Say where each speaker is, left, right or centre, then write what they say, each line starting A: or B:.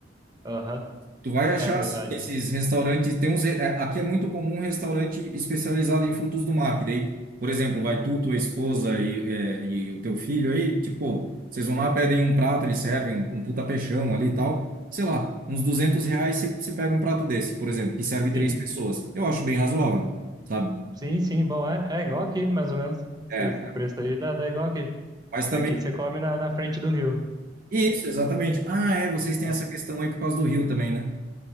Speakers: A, on the right (about 25°); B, on the right (about 50°).
A: aham,
B: Tu vai achar
A: É verdade.
B: assim, esses restaurantes, tem uns, é, aqui é muito comum um restaurante especializado em frutos do mar, que daí, por exemplo, vai tu, tua esposa e, é, e o teu filho aí, tipo, vocês vão lá, pedem um prato, eles servem um, um puta peixão ali e tal, sei lá, uns 200 reais você você pega um prato desse, por exemplo, que serve três
A: Sim,
B: pessoas. Eu acho bem razoável, sabe?
A: sim, sim, bom, é, é igual aqui, mais ou menos. Esse
B: É,
A: esse preço aí dá, dá igual aqui.
B: mas também,
A: Aqui você come na, na frente do rio.
B: isso, exatamente. Ah, é, vocês têm
A: É,
B: essa questão aí por causa do rio também, né?